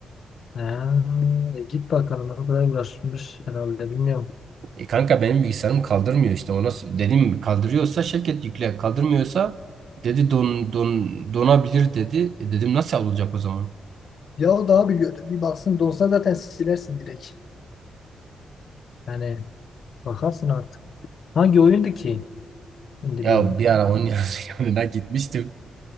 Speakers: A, on the left; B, on the right.
A: Ha, e, git bakalım o kadar uğraşmış herhalde bilmiyorum.
B: E kanka benim bilgisayarım kaldırmıyor işte ona s- dedim kaldırıyorsa şirket yükle kaldırmıyorsa dedi don, don donabilir dedi. E, dedim nasıl olacak o zaman?
A: Ya o daha biliyordu. Bir baksın dolsa zaten silersin direkt. Yani bakarsın artık. Hangi oyundu ki indiriyordu?
B: Ya bir ara onun <laughs> yanına gitmiştim.